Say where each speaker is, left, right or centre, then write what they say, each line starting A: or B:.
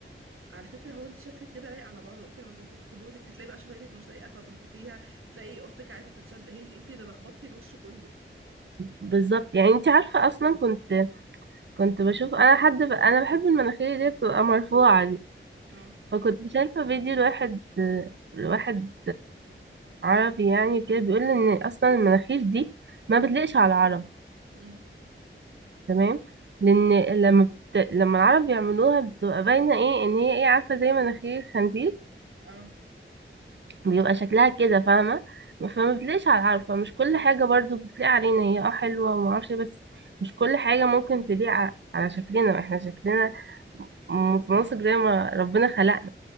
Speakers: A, on the right (about 75°); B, on the right (about 60°).
A: على فكرة هو انت شكلك كده لايق على بعضه انت لما تنفخي خدودك هتلاقي بقى شفايفك مش لايقة فهتنفخيها تلاقي قرطك عايزة تتشد هي انت اللي لخبطتي الوش كله
B: بالظبط يعني انت عارفه اصلا كنت كنت بشوف انا حد ب... انا بحب المناخير اللي هي بتبقى مرفوعه دي
A: اه
B: فكنت شايفه فيديو لواحد لواحد عربي يعني كده بيقول ان اصلا المناخير دي ما بتليقش على العرب
A: امم
B: تمام لان لما بت... لما العرب بيعملوها بتبقى باينه ايه ان هي ايه عارفه زي مناخير خنزير
A: اه
B: بيبقى شكلها كده فاهمه فما بتليقش على العرب فمش كل حاجه برضو بتليق علينا هي اه حلوه وما اعرفش إيه، بس مش كل حاجه ممكن تليق ع- على شكلنا احنا شكلنا متناسق زي ما ربنا خلقنا